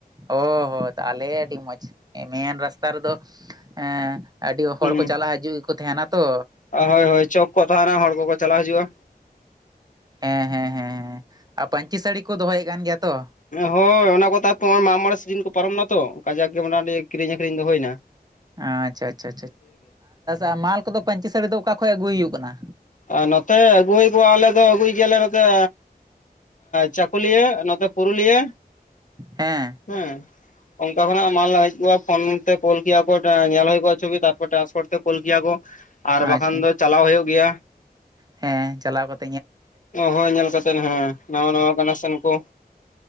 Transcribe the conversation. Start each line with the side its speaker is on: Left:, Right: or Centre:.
Right: ᱚ ᱦᱚᱸ ᱛᱟᱦᱞᱮ ᱟᱹᱰᱤ ᱢᱚᱸᱡᱽ, ᱢᱮᱱ ᱨᱟᱥᱛᱟ ᱨᱮᱫᱚ ᱮ᱾ ᱟᱹᱰᱤ ᱦᱚᱲ
Left: ᱦᱩᱸ
Right: ᱠᱚ ᱪᱟᱞᱟᱜᱣ ᱦᱤᱡᱩᱜ ᱜᱮᱠᱚ ᱛᱟᱦᱮᱱᱟ ᱛᱚ᱾
Left: ᱦᱳᱭ ᱦᱳᱭ ᱪᱚᱠ ᱠᱚ ᱛᱟᱦᱮᱱᱟ ᱦᱚᱲ ᱠᱚᱠᱚ ᱪᱟᱞᱟᱣ ᱦᱤᱡᱩᱜᱼᱟ᱾
Right: ᱦᱮᱸ ᱦᱮᱸ ᱦᱮᱸ ᱦᱮᱸ ᱟᱨ ᱯᱟᱟᱹᱧᱪᱤ ᱥᱟᱹᱲᱤ ᱠᱚ ᱫᱚᱦᱚᱭᱮᱜ ᱠᱟᱱ ᱜᱮᱭᱟ ᱛᱚ?
Left: ᱦᱳᱭ ᱚᱱᱟ ᱠᱚ ᱛᱟᱨᱯᱚᱨ ᱢᱟᱜᱽ ᱢᱚᱬᱮ ᱥᱤᱡᱤᱱ ᱠᱚ ᱯᱟᱨᱚᱢᱮ ᱱᱟ ᱛᱚ ᱠᱟᱡᱟᱠ ᱜᱮ ᱢᱟᱱᱮ ᱠᱤᱨᱤᱧ ᱟᱠᱷᱨᱤᱧ ᱫᱚ ᱦᱩᱭᱮᱱᱟ᱾
Right: ᱟᱪᱪᱷᱟ ᱟᱪᱪᱷᱟ ᱟᱨ ᱢᱟᱞ ᱠᱚᱫᱚ ᱯᱟᱹᱧᱪᱤ ᱥᱟᱹᱲᱤ ᱫᱚ ᱚᱠᱟ ᱠᱷᱚᱡ ᱟᱹᱜᱩᱭ ᱦᱩᱭᱩᱜ ᱠᱟᱱᱟ?
Left: ᱟᱨ ᱱᱚᱛᱮ ᱟᱹᱜᱩᱭ ᱦᱩᱭ ᱠᱚᱜᱼᱟ ᱟᱞᱮ ᱫᱚ ᱟᱹᱜᱩᱭ ᱜᱮᱭᱟᱞᱮ ᱱᱚᱛᱮ᱾ ᱪᱟᱹᱠᱩᱞᱤᱭᱟᱹ ᱟᱨ ᱱᱚᱛᱮ ᱯᱩᱨᱩᱞᱤᱭᱟᱹ᱾
Right: ᱦᱮᱸ᱾
Left: ᱦᱮᱸ᱾ ᱚᱱᱠᱟ ᱠᱷᱚᱱᱟᱜ ᱢᱟᱞ ᱦᱮᱡ ᱠᱚᱜᱼᱟ ᱯᱷᱳᱱ ᱛᱮ ᱠᱚᱞ ᱠᱮᱭᱟ ᱠᱚ ᱧᱮᱞ ᱦᱳᱭ ᱠᱚᱜᱼᱟ ᱪᱷᱚᱵᱤ ᱛᱟᱨᱯᱚᱨ ᱴᱮᱨᱟᱥᱯᱳᱰ ᱛᱮ ᱠᱚᱞ ᱠᱮᱭᱟ ᱠᱚ᱾ ᱟᱨ ᱵᱟᱠᱷᱟᱱ
Right: ᱟᱪᱪᱷᱟ
Left: ᱫᱚ ᱪᱟᱞᱟᱣ ᱦᱳᱭᱳᱜ ᱜᱮᱭᱟ᱾
Right: ᱦᱮᱸ, ᱪᱟᱞᱟᱣ ᱠᱟᱛᱼᱼ
Left: ᱦᱳᱭ ᱧᱮᱞ ᱠᱟᱛᱮᱱ ᱦᱮᱸ ᱱᱟᱣᱟ ᱱᱟᱣᱟ ᱠᱟᱱᱮᱠᱥᱮᱱ ᱠᱚ᱾